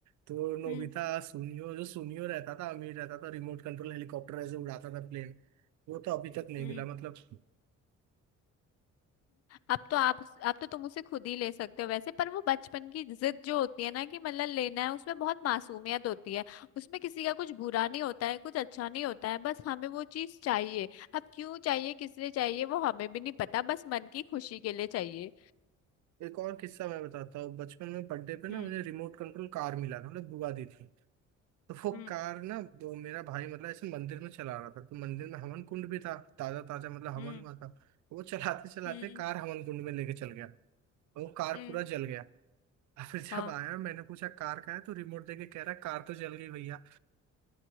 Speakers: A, on the right (about 70°); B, on the left (about 55°).
A: तो नोबिता
B: हम्म
A: सुनियो जो सुनियो रहता था अमीर रहता था रिमोट कंट्रोल हेलीकॉप्टर ऐसे उड़ाता था प्लेन वो तो अभी तक नहीं
B: हम्म
A: मिला मतलब
B: अब तो आप अब तो तुम उसे खुद ही ले सकते हो वैसे पर वो बचपन की जिद जो होती है ना कि मतलब लेना है उसमें बहुत मासूमियत होती है उसमें किसी का कुछ बुरा नहीं होता है कुछ अच्छा नहीं होता है बस हमें वो चीज चाहिए अब क्यों चाहिए किस लिए चाहिए वो हमें भी नहीं पता बस मन की खुशी के लिए चाहिए
A: एक और किस्सा मैं बताता हूँ बचपन में बर्थडे पे ना
B: हम्म
A: मुझे रिमोट कंट्रोल कार मिला था मतलब बुआ दी थी तो वो
B: हम्म
A: कार ना वो मेरा भाई मतलब ऐसे मंदिर में चला रहा था तो मंदिर में हवन कुंड भी था ताजा ताजा मतलब हवन
B: हम्म
A: हुआ था वो चलाते चलाते
B: हम्म
A: कार हवन कुंड में लेके चल गया और वो कार
B: हम्म,
A: पूरा जल गया <laughs> और फिर जब
B: हाँ
A: आया मैंने पूछा कार का है तो रिमोट देके कह रहा कार तो जल गई भैया